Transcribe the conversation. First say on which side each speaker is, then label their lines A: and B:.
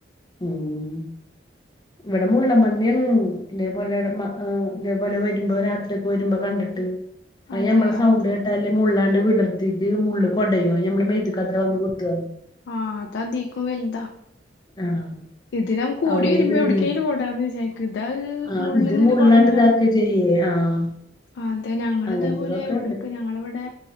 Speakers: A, on the left; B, on the left.
A: ഉം ഇവിടെമുള്ളൻ പന്നിയേളും ഇതേപോലെ ള്ള മ അ ഇതേപോലെ വരുമ്പോ രാത്രി ഒക്കെ വരുമ്പോ കണ്ടിട്ട് അയ്
B: അതെ
A: നമ്മളെ സൗണ്ട്
B: അത്
A: ട്ടാല് മുള്ളാണ്ട് വിടർത്തിട്ട് മുള്ള് കൊടയും അയ് ഞമ്മളെ മേത്ത്ക്കാത്രേ വന്ന് കുത്ത്അ
B: ആഹ് ഇതതീക്കും വെൽതാ
A: ആഹ്
B: ഇത് നം കൂടി
A: അവന്
B: വരുമ്പോ
A: പേടിയാ
B: എവ്ട്കേലും ഓടാന്ന് വിചാരിക്ക്‌ ഇതാത്
A: ആഹ്
B: മുള്ള്
A: ഇത്
B: ങ്ങനെ
A: മുള്ളാണ്ട്
B: കൊടഞ്ഞ
A: ഇതാക്കാ ചെയ്യേ ആഹ്
B: അതെ ഞങ്ങങ്ങള്തേപോലെ
A: അങ്ങനത്തതൊക്കെ
B: എവിടുക്ക്
A: ഇണ്ട്
B: ഞങ്ങള് വ്ടെ